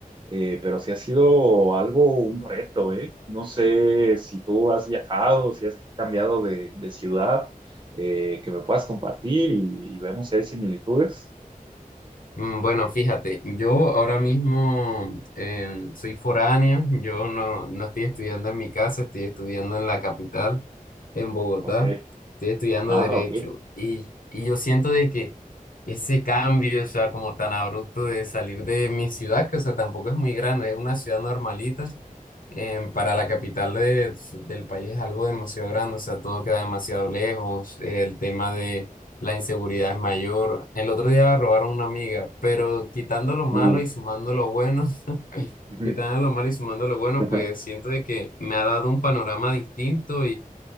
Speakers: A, on the right; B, on the left.
A: eh, pero sí ha sido algo, un reto, ¿eh? No sé si tú has viajado, si has cambiado de, de ciudad, eh, que me puedas compartir y, y vemos si hay similitudes.
B: Mm, Bueno, fíjate, yo ahora mismo eh, soy foráneo, yo no, no estoy estudiando en mi casa, estoy estudiando en la capital, en Bogotá,
A: Ok.
B: estoy estudiando
A: Ah,
B: Derecho
A: ok.
B: y, y yo siento de que ese cambio, o sea, como tan abrupto de salir de mi ciudad, que o sea, tampoco es muy grande, es una ciudad normalita em, para la capital de- del país es algo demasiado grande, o sea, todo queda demasiado lejos, el tema de la inseguridad es mayor. El otro día robaron una amiga, pero quitando lo malo
A: Uy.
B: y sumando lo bueno, <laughs>
A: ujú,
B: quitando lo malo y sumando lo bueno,
A: ajá,
B: pues siento de que me ha dado un panorama distinto